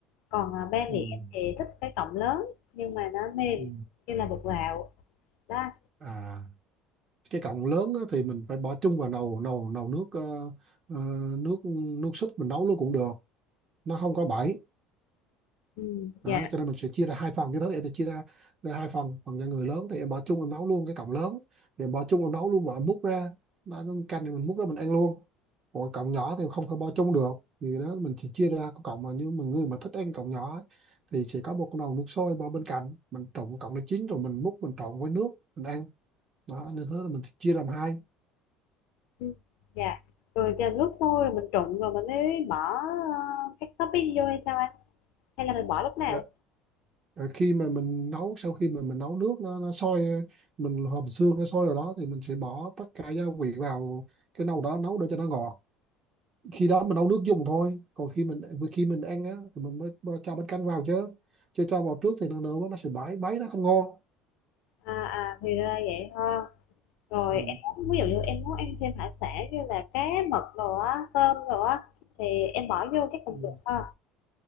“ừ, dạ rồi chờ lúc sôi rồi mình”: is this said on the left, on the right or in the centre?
Left